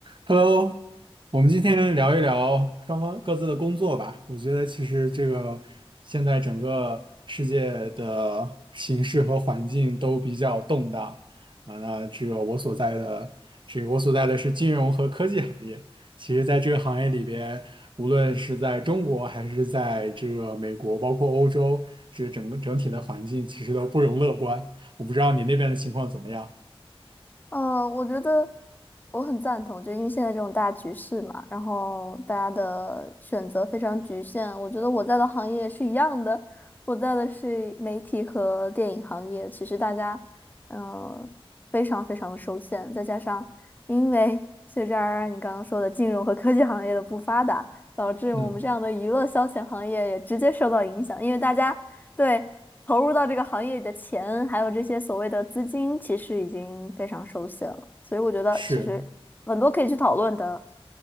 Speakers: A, on the right; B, on the left.
A: Hello，我们今天聊一聊双方各自的工作吧。我觉得其实这个现在整个世界的形势和环境都比较动荡啊。那这个我所在的，这个我所在的是金融和科技行业。其实，在这个行业里边，无论是在中国还是在这个美国，包括欧洲，这个整个整体的环境其实都不容乐观。我不知道你那边的情况怎么样？
B: 呃，我觉得我很赞同，就因为现在这种大局势嘛，然后大家的选择非常局限。我觉得我在的行业是一样的，我在的是媒体和电影行业，其实大家嗯、呃非常非常的受限，再加上因为随着而然你刚刚说的金融和科技行业的不发达，导致我们这样的娱乐消遣行业也直接受到影响，
A: 嗯，
B: 因为大家。对，投入到这个行业里的钱，还有这些所谓的资金，其实已经非常熟悉了。所以我觉得其实很多可以去讨论的。
A: 是。